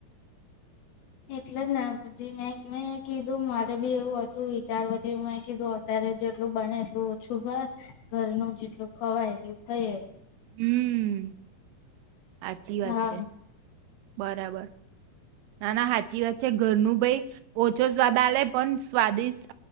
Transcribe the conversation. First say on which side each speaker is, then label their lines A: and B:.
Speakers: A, on the left; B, on the right.
A: એટલે ને જી મેં મેં કીધું મારે બી એવું હતું વિચારવાથી મેં કીધું અત્યારે જેટલું બને એટલું છુભ ઘરનું જેટલું ખવાય એટલું ખાઈએ.
B: હમ્મ. સાચી વાત
A: હા
B: છે. બરાબર. ના ના સાચી વાત છે ઘરનું ભાઈ ઓછો સ્વાદ આ લે પણ સ્વાદિષ્ટ